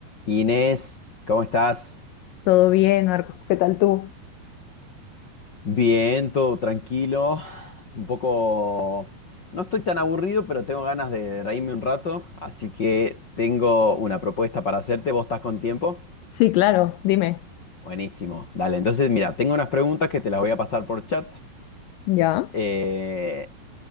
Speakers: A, on the left; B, on the left.
A: Inés, ¿cómo estás?
B: Todo bien, Marcos, ¿qué tal tú?
A: Bien, todo tranquilo. Un poco... No estoy tan aburrido, pero tengo ganas de reírme un rato, así que tengo una propuesta para hacerte. ¿Vos estás con tiempo?
B: Sí, claro, dime.
A: Buenísimo. Dale, entonces mira, tengo unas preguntas que te las voy a pasar por chat.
B: Ya.
A: Eh,